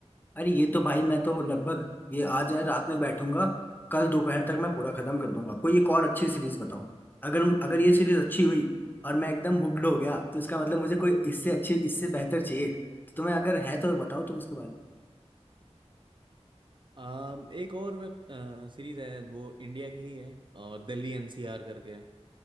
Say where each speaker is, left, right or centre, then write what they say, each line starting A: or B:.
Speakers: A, on the left (about 15°); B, on the right (about 45°).
A: अरे ये तो भाई मैं तो लगभग ये आज है रात में बैठूंगा कल दोपहर तक मैं पूरा खत्म कर दूंगा कोई एक और अच्छी सीरीज बताओ अगर अगर ये सीरीज अच्छी हुई और मैं एकदम हुक्ड हो गया तो इसका मतलब मुझे कोई इससे अच्छी इससे बेहतर चाहिए तो तुम्हें अगर है तो बताओ तुम इसके बारे में
B: आम, एक और वेब सीरीज है वो इंडिया की ही है और दिल्ली एनसीआर करके